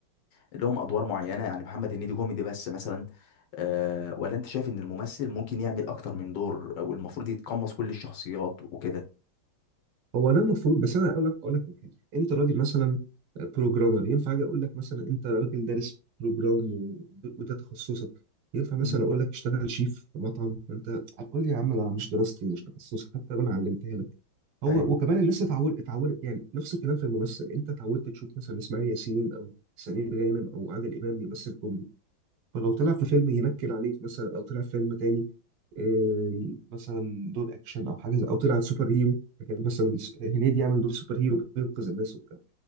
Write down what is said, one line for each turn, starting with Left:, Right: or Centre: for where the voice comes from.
Left: لهم ادوار معينه يعني محمد هنيدي كوميدي بس مثلا آه ولا انت شايف ان الممثل ممكن يعمل اكتر من دور والمفروض يتقمص كل الشخصيات وكده
Right: هو ده المفروض بس انا اقول لك اقول لك على حاجه انت راجل مثلا بروجرامر ينفع اجي اقول لك مثلا انت راجل دارس بروجرام و- وده تخصصك ينفع مثلا
Left: مم.
Right: اقول لك اشتغل شيف في مطعم انت هتقول لي يا عم لا، انا مش دراستي مش تخصصي حتى لو انا علمتها لك هو
Left: ايوه
Right: وكمان الناس اتعودت اتعودت يعني نفس الكلام في الممثل انت اتعودت تشوف مثلا اسماعيل ياسين او سمير غانم او عادل امام بيمثل كوميدي فلو طلع في فيلم ينكر عليك مثلا او طلع في فيلم تاني آه، مثلا دور اكشن او حاجه زي- او طلع سوبر هيرو لكن مثلا س- هنيدي يعمل دور سوبر هيرو بينقذ الناس وبتاع